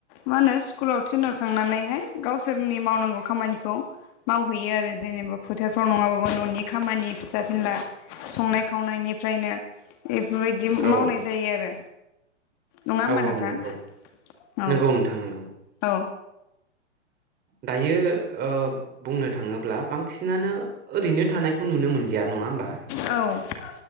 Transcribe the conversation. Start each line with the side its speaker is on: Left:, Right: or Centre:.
Left: मा होनो स्कुलाव थिनहरखांनानैहाय गावसोरनि मावनांगौ खामानिखौ मावहैयो आरो जेनेबा फोथारफ्राव नङाबाबो ननि खामानि फिसा फिनला संनाय खावनायनि फ्रायनो बेफोरबायदि
Right: औ
Left: मावनाय जायो आरो नङा होमबा
Right: औ औ
Left: नोंथां
Right: नंगौ
Left: औ
Right: नंगौ नोंथां नंगौ
Left: औ
Right: दायो ओ बुंनो थाङोब्ला बांसिनानो ओरैनो थानायखौ नुनो मोनलिया नङा होम बा
Left: औ